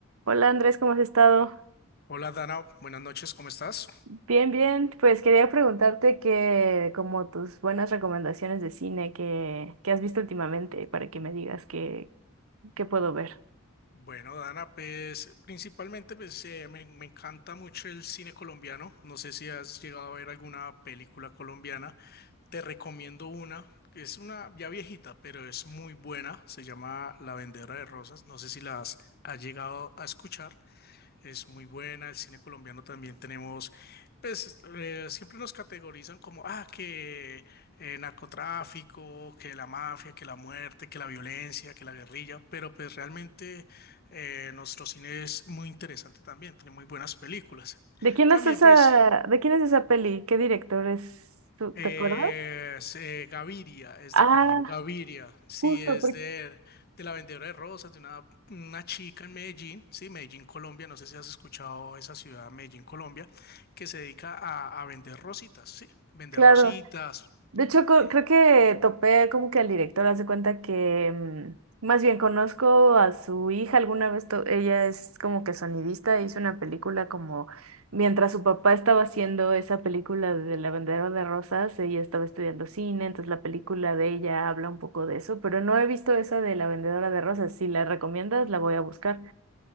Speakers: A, on the right; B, on the left.
A: Hola Andrés, ¿cómo has estado?
B: Hola Dana, buenas noches, ¿cómo estás?
A: Bien, bien. Pues quería preguntarte que, como tus buenas recomendaciones de cine que, que has visto últimamente para que me digas qué qué puedo ver.
B: Bueno, Dana, pues principalmente pues, eh, me, me encanta mucho el cine colombiano. No sé si has llegado a ver alguna película colombiana. Te recomiendo una, que es una ya viejita, pero es muy buena. Se llama La Vendedora de Rosas. No sé si las has llegado a escuchar. es muy buena. El cine colombiano también tenemos, pues eh, siempre nos categorizan como, ah, que eh, narcotráfico, que la mafia, que la muerte, que la violencia, que la guerrilla, pero pues realmente eh, nuestro cine es muy interesante también, tiene muy buenas películas.
A: ¿De quién
B: También
A: es esa,
B: pues
A: de quién es esa peli? ¿Qué director es? ¿Tú
B: eh,
A: te acuerdas?
B: es, eh, Gaviria, es
A: Ah,
B: de apellido Gaviria, sí,
A: justo,
B: es
A: porque,
B: de, de la vendedora de rosas, de una, una chica en Medellín, sí, Medellín, Colombia, no sé si has escuchado esa ciudad, Medellín, Colombia, que se dedica a, a vender rositas, sí, vender
A: claro.
B: rositas.
A: De hecho, co-
B: eh,
A: creo que topé como que al director hace cuenta que, mm, más bien conozco a su hija alguna vez, to- ella es como que sonidista, hizo una película como mientras su papá estaba haciendo esa película de La Vendedora de Rosas, ella estaba estudiando cine, entonces la película de ella habla un poco de eso, pero no he visto esa de La Vendedora de Rosas, si la recomiendas la voy a buscar.